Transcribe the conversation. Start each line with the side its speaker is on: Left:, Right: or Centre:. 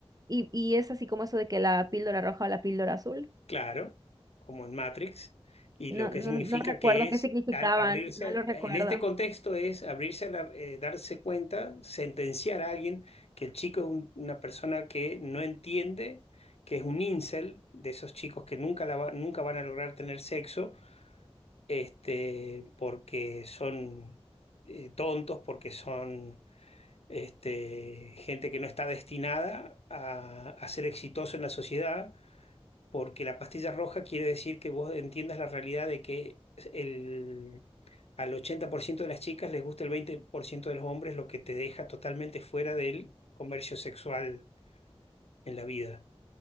Right: y, y es así como eso de que la píldora roja o la píldora azul.
Left: claro, como en Matrix, y
Right: No,
Left: lo que
Right: no,
Left: significa
Right: no recuerdo
Left: que es
Right: qué significaban,
Left: a- abrirse,
Right: no lo recuerdo.
Left: a- en este contexto es abrirse, a la- eh, darse cuenta, sentenciar a alguien que el chico es un- una persona que no entiende, que es un incel, de esos chicos que nunca, la va- nunca van a lograr tener sexo este, porque son eh, tontos, porque son este, gente que no está destinada a, a ser exitoso en la sociedad, porque la pastilla roja quiere decir que vos entiendas la realidad de que el, al 80% de las chicas les gusta el 20% de los hombres, lo que te deja totalmente fuera del comercio sexual en la vida.